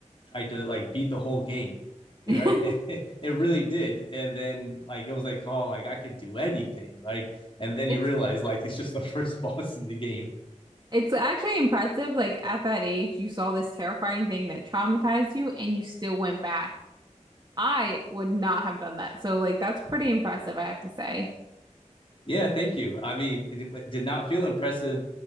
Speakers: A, on the left (about 40°); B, on the right (about 30°).
A: I did like beat the whole game, you
B: <laughs>
A: know, right? <laughs> it really did. And then like it was like, oh, like I could do anything, like. And then
B: It's
A: you realize like it's just the <laughs> first boss in the game.
B: it's actually impressive. Like at that age, you saw this terrifying thing that traumatized you and you still went back. I would not have done that. So like that's pretty impressive, I have to say,
A: Yeah, thank you. I mean, it, it did not feel impressive